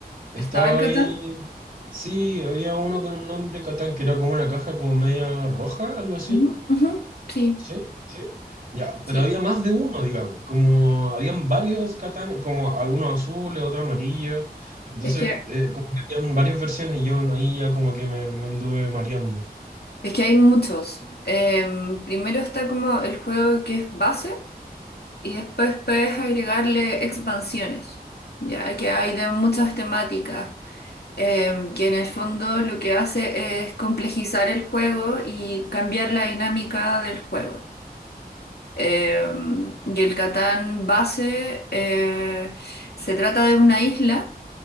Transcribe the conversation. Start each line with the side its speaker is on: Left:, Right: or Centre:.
Right: Estaba
Left: ¿Estaba el Catán?
Right: ahí. Sí, había uno con un nombre Catán que era como una caja como media roja, algo así.
Left: Ujú, ujú, Sí,
Right: Sí, sí. Ya,
Left: sí.
Right: pero había más de uno, digamos, como habían varios Catán, como algunos azules, otros amarillos, entonces
Left: Es que
Right: eh, como que habían varias versiones y yo no, ahí ya como que me, me anduve mareando.
Left: Es que hay muchos. Em, primero está como el juego que es base y después puedes agregarle expansiones, ya que hay de muchas temáticas, em, que en el fondo lo que hace es complejizar el juego y cambiar la dinámica del juego. Em, y el Catán base eh, se trata de una isla